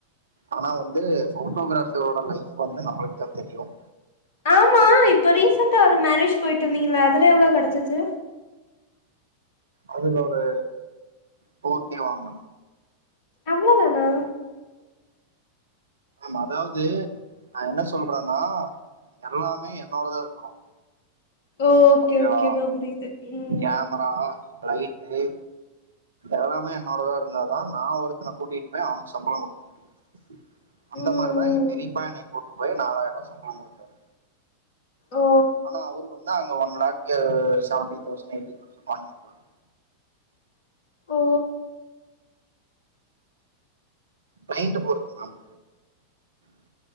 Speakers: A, on the right; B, on the left.
A: ஆனா வந்து போட்டோகிராபரோட லைஃப் வந்து நம்மளுக்குதான் தெரியும்
B: ஆமா இப்போ ரீசெண்டா ஒரு மேரேஜ் போயிட்டு இருந்தீங்களா அதுல எவ்வளோ கிடைச்சு
A: அதுல ஒரு போர் கே வாங்க
B: அவ்வளோ தானா
A: ஆமா அதாவது நான் என்ன சொல்றேனா எல்லாமே என்னோடதான் இருக்கணும்
B: ஓகே
A: ஓகேவா
B: ஓகே இப்ப புரியுது ம்
A: கேமரா லைட்டு எல்லாமே என்னோடதான் இருந்தாதான் நான் ஒருத்தனை கூட்டிட்டு போய் அவனுக்கு சம்பளம் கொடுக்க முடியும்
B: <unintelligible>
A: அந்த
B: ம்
A: மாதிரிதான் எங்க பெரியப்பா என்னை போட்டு போய் நாலாயிரம் ரூபாய் சம்பளம் கொடுத்தாரு
B: ஓ
A: ஆனா அவரு வந்து அங்க one lakh seventy thousand eighty thousand வாங்கி இருப்பார்
B: ஓ.
A: கிளையன்ட் போறது மாம் <unintelligible>